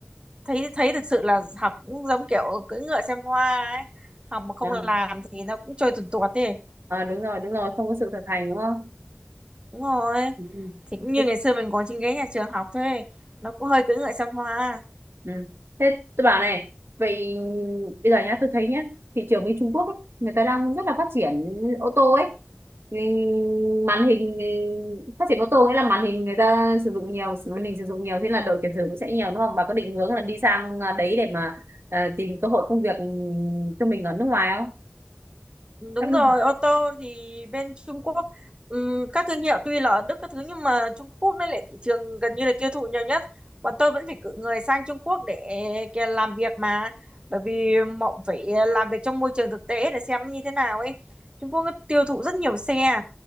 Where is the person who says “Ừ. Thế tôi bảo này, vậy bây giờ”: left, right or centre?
Right